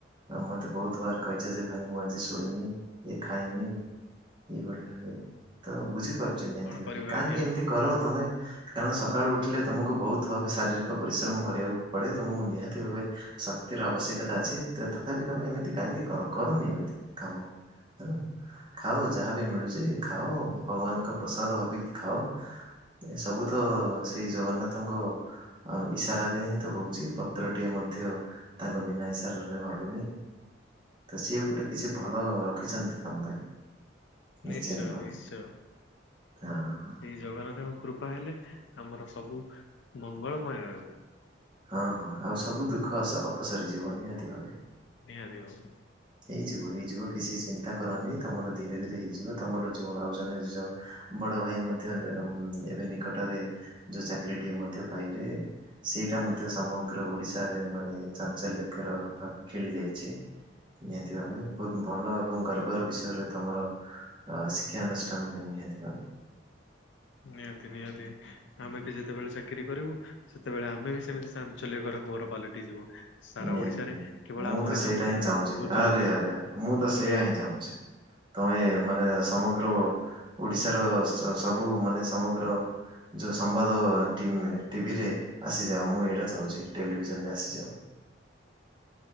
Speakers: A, on the right; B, on the left.
A: ଆଉ ମତେ ବହୁତ ବାର କହିଚ ଯେ ଭାଇ ମୁଁ ଆଜି ଶୋଇନି ଏ ଖାଇନି। ଏଇଭଳି ଭାବେ ତ ବୁଝିପାରୁଚି ନିହାତି
B: କଣ
A: ଭାବେ
B: କରିବା
A: କାହିଁକି
B: ଆଜ୍ଞା
A: ଏମିତି କର ତମେ କାରଣ ସକାଳୁ ଉଠିଲେ ତମକୁ ବହୁତ ଭାବେ ଶାରୀରିକ ପରିଶ୍ରମ କରିବାକୁ ପଡେ ତମକୁ ନିହାତି ଭାବେ ଶକ୍ତିର ଆବଶ୍ୟକତା ଅଛି। ତେ ତଥାପି ତମେ ଏମିତି କାହିଁକି କର କରନି ଏମିତି କାମ ହେଲା। ଖାାଉ ଯାହାବି ମିଳୁଛି ଖାାଅ ଭଗବାନଙ୍କ ପ୍ରସାଦ ଭାବିକି ଖାଅ। ଏ ସବୁ ତ ସେଇ ଜଗନ୍ନାଥଙ୍କ ଅ ଇସାରାରେ ହିଁ ତ ହଉଛି ପତ୍ରଟିଏ ମଧ୍ୟ ତାଙ୍କ ବିନା ଇସାରା ରରେ ହଲୁନି ତ ସିଏ ଗୋଟେ କିଛି ଭଲ ରଖିଛନ୍ତି ତମ ପାଇଁ। ନିଶ୍ଚିନ୍ତ
B: ନିଶ୍ଚୟ
A: ଭମେ
B: ନିଶ୍ଚୟ
A: ନାଁ ନାଁ
B: ଶ୍ରୀ ଜଗନ୍ନାଥଙ୍କ କୃପା ହେଲେ ଆମର ସବୁ ମଙ୍ଗଳମୟ ହେବ।
A: ହଁ ହଁ ଆଉ ସବୁ ଦୁଃଖ ଅପସରିଯିବ ନିହାତି ଭାବେ
B: ନିିହାତି ଭାବରେ
A: ହେଇଯିବ ହେଇଯିବ କିଛି ଚିନ୍ତା କରନି ତମର ଧୀରେ ଧୀରେ ହେଇଯିବ ତମର ଯୋଉ ଆଉ ଜଣେ ବଡ ଭାଇ ମଧ୍ୟ ଏବେ ନିକଟରେ ଯୋଉ ଚାକିରିଟିଏ ମଧ୍ୟ ପାଇଲେ। ସେଇଟା ମଧ୍ୟ ସମଗ୍ର ଓଡ଼ିଶାରେ ମାନେ ଚାଞ୍ଚଲ୍ୟକର ଭାବେ ଖେଳିଯାଇଛି। ନିହାତି ଭାବେ ବହୁତ ଭଲ ଏବଂ ଗର୍ବର ବିଷୟରେ ତମର। ଅ ଶିକ୍ଷାାନୁଷ୍ଠାନ ପାଇଁ ନିହାତି ଭାବେ।
B: ନିହାତି ନିହାତି
A: ହୁଁ।
B: ଆମେ ବି ଯେତେବେଳେ ଚାକିରୀ କରିବୁ ସେତେବେଳେ ଆମେ ବି ସେମିତି ସାଞ୍ଚଲ୍ୟିକର ଖବର ପାଲଟି ଯିବୁ। ସାରା
A: ନିହାତି
B: ଓଡିଶାରେ
A: ନିହାତି
B: କେବଳ
A: ମୁଁ
B: ଆମରି
A: ତ ସେଇଟା
B: ନାମରି
A: ହିଁ ଚାହୁଁଛି
B: ଗୁଜୁରୁ
A: ଆରେ
B: ଥିବ।
A: ଆରେ ଆରେ ମୁଁ ତ ସେୟା ହିଁ ଚାହୁଁଛି। ତମେ ମାନେ ସମଗ୍ର ଓଡିଶାର ସବୁ ମାନେ ସମଗ୍ର। ଯେଉଁ ସମ୍ବାଦ ଟିଭିରେ ଆସିଯାଉ ମୁଁ ଏଇଟା ଚାହୁଁଛି ଟେଲିଭିଜନରେ ଆସିଯାଉ।